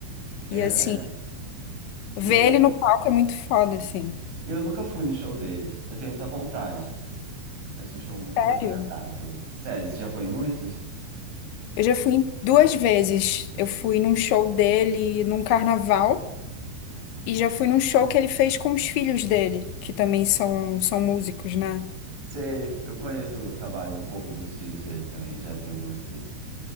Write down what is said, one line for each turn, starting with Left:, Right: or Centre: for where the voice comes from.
Right: É,
Left: E assim,
Right: né?
Left: ver
Right: E aí,
Left: ele no palco é muito foda, assim.
Right: eu nunca fui no show dele. Eu tenho muita vontade. Parece um show muito
Left: Sério.
Right: agradável. Sério, você já foi em muitos?
Left: Eu já fui em duas vezes. Eu fui num show dele num carnaval e já fui num show que ele fez com os filhos dele, que também são, são músicos, né?
Right: Sei, eu conheço o trabalho um pouco dos filhos dele também, já vi algumas vezes.